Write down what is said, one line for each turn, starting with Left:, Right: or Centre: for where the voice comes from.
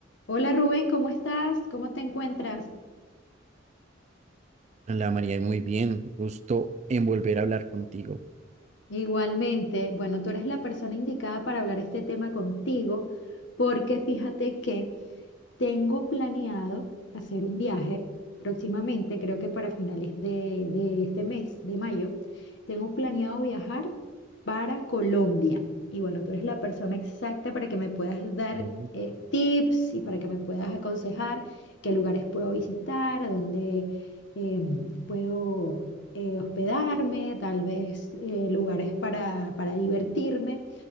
Left: Hola Rubén, ¿cómo estás? ¿Cómo te encuentras?
Right: Hola María, muy bien. Gusto en volver a hablar contigo.
Left: Igualmente, bueno, tú eres la persona indicada para hablar este tema contigo, porque fíjate que tengo planeado hacer un viaje próximamente, creo que para finales de, de este mes, de mayo, tengo planeado viajar para Colombia. Y bueno, tú eres la persona exacta para que me puedas dar
Right: Oh,
Left: eh, tips y para que me puedas aconsejar qué lugares puedo visitar, a dónde em, puedo eh, hospedarme, tal vez eh, lugares para, para divertirme.